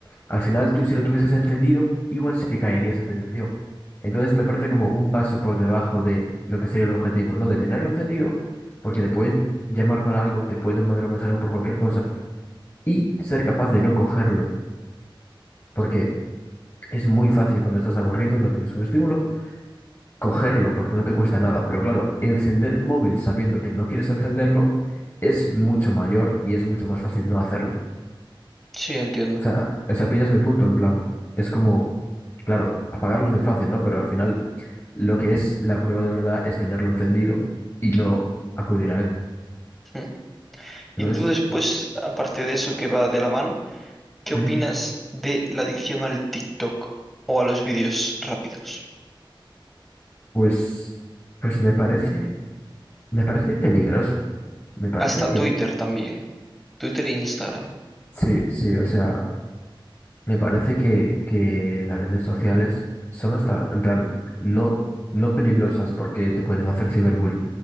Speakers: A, on the left; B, in the centre.
A: al final tú si lo tuvieses encendido, igual sí que caería esa tentación. Entonces me parece como un paso por debajo de lo que sería el objetivo, ¿no? De tenerlo encendido, porque te pueden llamar para algo, te pueden mandar un mensaje por cualquier cosa y ser capaz de no cogerlo. Porque Es muy fácil cuando estás aburrido, no tienes un estímulo, cogerlo porque no te cuesta nada. Pero claro, encender el móvil sabiendo que no quieres encenderlo es mucho mayor y es mucho más fácil no hacerlo.
B: Sí, entiendo.
A: O sea, o sea, pillas mi punto en plan, es como, claro, apagarlo es muy fácil, ¿no? Pero al final lo que es la prueba de verdad es tenerlo encendido y no acudir a él.
B: Mm.
A: Entonces,
B: Y tú después, aparte de eso que va de la mano, ¿qué
A: ¿Mm?
B: opinas de la adicción al TikTok o a los vídeos rápidos?
A: pues, pues me parece, me parece peligroso. Me parece
B: Hasta
A: que
B: Twitter también. Twitter e Instagram.
A: sí, sí, o sea, Me parece que, que las redes sociales son hasta, en plan, no, no peligrosas porque te pueden hacer ciberbullying,